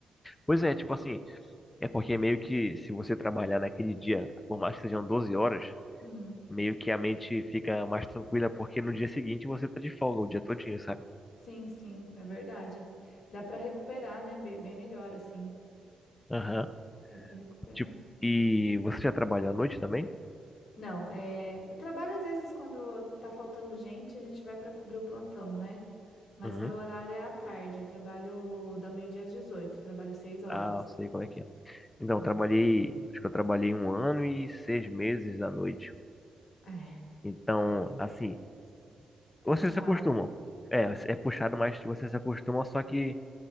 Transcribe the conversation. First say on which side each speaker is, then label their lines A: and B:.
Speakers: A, on the left; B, on the left.
A: Pois é, tipo assim. É porque meio que se você trabalhar naquele dia, por mais que sejam 12 horas,
B: Hum,
A: meio que a mente fica mais tranquila, porque no dia seguinte você tá de folga o dia todinho, sabe?
B: sim, sim, é verdade. Dá para recuperar, né? Be- Bem melhor assim.
A: Aham.
B: Dá para recuperar.
A: Tipo, e você já trabalhou à noite também?
B: Não, é, trabalho às vezes quando tá faltando gente, a gente vai para cobrir o plantão, né? Mas
A: Uhum.
B: meu horário é à tarde. Eu trabalho da meio-dia às 18. trabalho seis horas.
A: Ah, sei como é que é. Então,
B: Sim.
A: eu trabalhei, acho que eu trabalhei um ano e seis meses à noite.
B: É,
A: Então, assim,
B: é
A: vocês
B: puxado.
A: se acostumam. É, é puxado, mas vocês se acostumam, só que